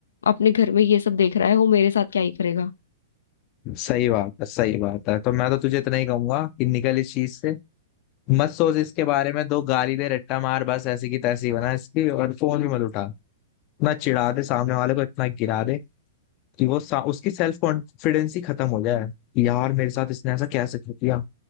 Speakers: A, on the left; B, on the left.
A: अपने घर में ये सब देख रहा है वो मेरे साथ क्या ही करेगा
B: सही बात है सही बात है तो मैं तो तुझे इतना ही कहूंगा कि निकल इस चीज से मत सोच इसके बारे में दो गाली दे रट्टा मार बस ऐसी की तैसी बना इसकी और फोन भी मत उठा इतना चिढ़ा दे सामने वाले को इतना गिरा दे कि वो सा, उसकी सेल्फ कॉन्फिडेंस ही खत्म हो जाए कि यार मेरे साथ इसने ऐसा कैसे किया